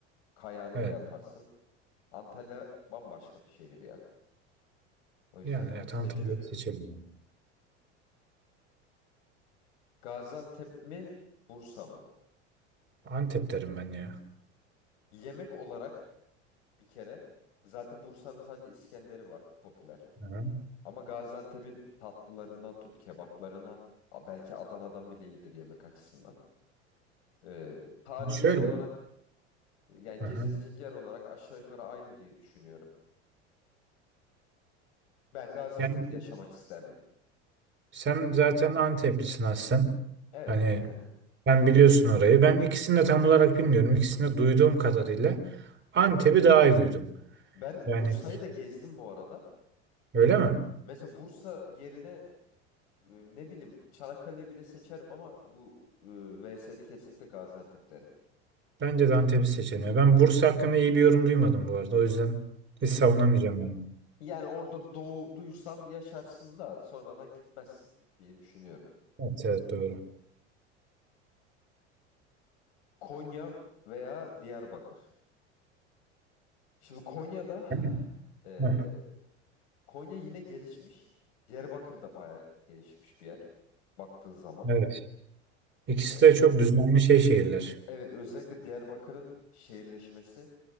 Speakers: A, on the left (about 70°); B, on the right (about 35°).
A: Kayağını
B: Evet.
A: da yaparsın. Antalya bambaşka bir şehir ya. O yüzden
B: Yani evet,
A: seçiyorum.
B: Antalya'yı seçelim. yani.
A: Gaziantep mi, Bursa mı?
B: Antep derim ben ya.
A: Yemek olarak bir kere zaten Bursa'nın sadece İskender'i var popüler.
B: Hı
A: Ama Gaziantep'in tatlılarından tut kebaplarına a- belki Adana'dan bile iyidir yemek açısından. Ee, tarihi yer
B: Şöyle.
A: olarak yani
B: Hı
A: gezilecek
B: hı.
A: yer olarak aşağı yukarı aynı diye düşünüyorum. Ben Gaziantep'te
B: Yani
A: yaşamak isterdim.
B: Sen zaten Anteplisin aslen.
A: Evet
B: Hani
A: yani.
B: ben biliyorsun orayı. Ben ikisini de tam olarak bilmiyorum. İkisini de duyduğum kadarıyla Antep'i daha iyi duydum.
A: Ben
B: Yani
A: Bursa'yı da gezdim bu arada.
B: öyle mi?
A: Mesela Bursa yerine e, ne bileyim Çanakkale'yi bile seçerim ama bu e, VS'de kesinlikle Gaziantep derim.
B: Bence de Antep'i seçeniyor. Ben Bursa hakkında iyi bir yorum duymadım bu arada. O yüzden hiç savunamayacağım yani.
A: Yani orada doğduysan yaşarsın da sonradan gitmezsin diye düşünüyorum.
B: Evet, evet doğru.
A: Konya veya Diyarbakır. Şimdi Konya'da
B: Değil
A: e,
B: mi? Heh,
A: Konya yine gelişmiş. Diyarbakır da bayağı gelişmiş bir yer baktığın zaman.
B: evet. İkisi
A: E,
B: de çok düzenli şey şehirler.
A: evet özellikle Diyarbakır'ın şehirleşmesi